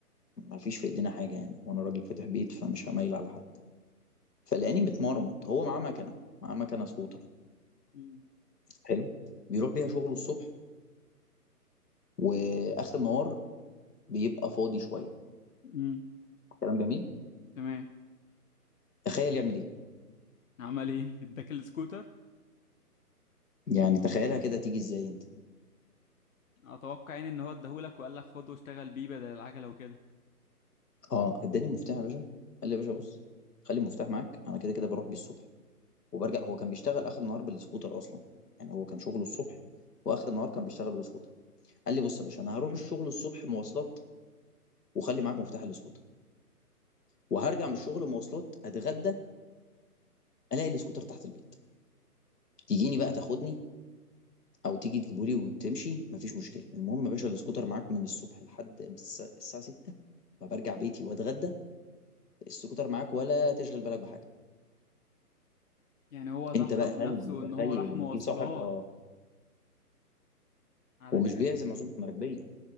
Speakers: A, on the left (about 75°); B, on the left (about 55°).
A: ما فيش في إيدينا حاجة يعني وأنا راجل فاتح بيت فمش هميل على حد فلقاني متمرمط هو معاه مكنة معاه مكنة سكوتر
B: م.
A: حلو بيروح بيها شغله الصبح وآخر النهار بيبقى فاضي شوية
B: امم
A: كلام جميل
B: تمام
A: تخيل يعمل إيه
B: عمل ايه <laughs> اداك السكوتر
A: يعني تخيلها كده تيجي إزاي أنت
B: اتوقع يعني ان هو اداهولك وقال لك خد واشتغل بيه بدل العجله وكده
A: أه إداني المفتاح يا باشا قال لي يا باشا بص خلي المفتاح معاك أنا كده كده بروح بيه الصبح وبرجع هو كان بيشتغل آخر النهار بالسكوتر أصلا يعني هو كان شغله الصبح واخر النهار كان بيشتغل بالسكوتر قال لي بص يا باشا انا هروح الشغل الصبح مواصلات وخلي معاك مفتاح الاسكوتر وهرجع من الشغل مواصلات اتغدى الاقي الاسكوتر تحت البيت تيجيني بقى تاخدني او تيجي تجيبه لي وتمشي مفيش مشكله المهم يا باشا الاسكوتر معاك من الصبح لحد الس- الساعه 6 ما برجع بيتي واتغدى السكوتر معاك ولا تشغل بالك بحاجه
B: يعني هو ضحى
A: انت بقى
B: بنفسه
A: هل متخيل
B: ان هو راح
A: ان
B: مواصلات
A: في صاحب اه
B: علشانك
A: ومش بيعزم عزومه مراكبيه